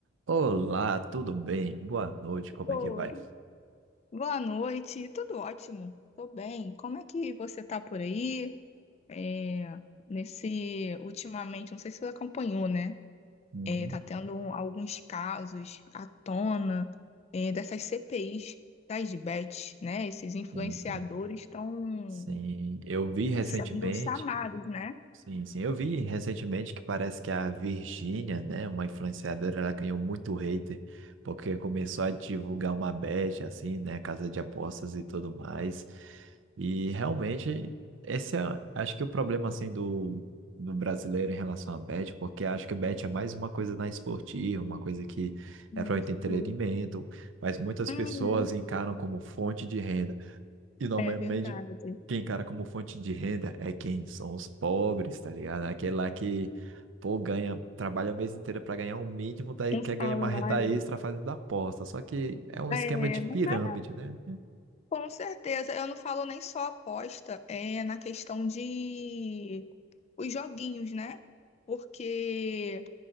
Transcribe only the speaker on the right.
Olá, tudo bem? Boa noite, como
é que vai?
Uhum,
Sim, sim,
sim. Eu vi recentemente,
Sim, sim. Eu vi recentemente que parece que a Virgínia, né, uma influenciadora, ela ganhou muito hater porque começou a divulgar uma bet, assim, né, casa de apostas e tudo mais. E realmente, esse é, acho que o problema, assim, do, do brasileiro em relação à bet, porque acho que bet é mais uma coisa na esportiva, uma coisa que é para
o entretenimento, mas muitas
pessoas encaram como fonte de renda. E normalmente
quem encara como fonte de renda é quem? São os pobres, tá ligado? Aquele lá que, pô, ganha, trabalha o mês inteiro para ganhar o mínimo, daí
quer
ganhar uma renda extra fazendo aposta. Só que é um
esquema de pirâmide,
né?